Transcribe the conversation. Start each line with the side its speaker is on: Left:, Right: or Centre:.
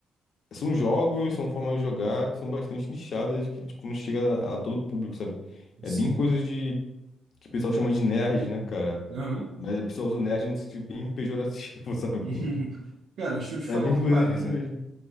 Left: são jogos, são formas de jogar que são bastante nichadas, que, tipo, não chega a, a todo público, sabe? É
Right: sim.
Left: bem coisa de que o pessoal chama de nerd, né, cara?
Right: Aham.
Left: Mas o pessoal usa nerd num sentido bem pejorativo, <laughs> sabe?
Right: <laughs>
Left: <laughs>
Right: Cara, deixa eu te
Left: É
Right: falar
Left: bem
Right: uma
Left: coisa
Right: parada.
Left: disso mesmo.